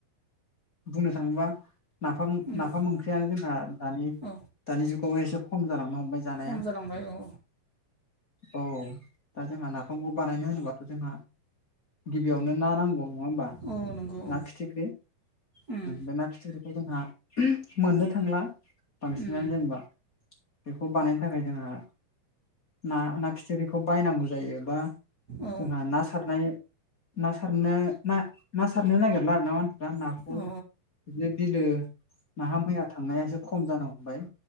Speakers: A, on the left; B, on the right.
A: बुंनो थाङोबा नाफाम
B: उम
A: नाफाम ओंख्रियानो जोंहा दानि
B: औ
A: दानि जुगाव एसे खम जालांनो हमबाय जानाया।
B: खम जालांबाय औ
A: औ दा जोंहा नाफामखौ बानायनो होनोबाथ' जोंहा गिबियावनो ना नांगौ औ नङा होमबा
B: औ नंगौ औ
A: ना फिथिख्रि
B: उम
A: बे ना फिथिख्रिखौ जोंहा मोननो थांला बांसिनानो
B: उम
A: जेनेबा। बेखौ बानायनो थाखाय जोंहा ना ना फिथिख्रिखौ बायनांगौ जायो बा।
B: औ
A: जोंहा ना सारनाय ना सारनो ना सारनो नागिरला आरोना मानसिफ्रा नाखौ
B: औ
A: बिदिनो बिलो नाहा मैया थांनायासो खम जानो हमबाय।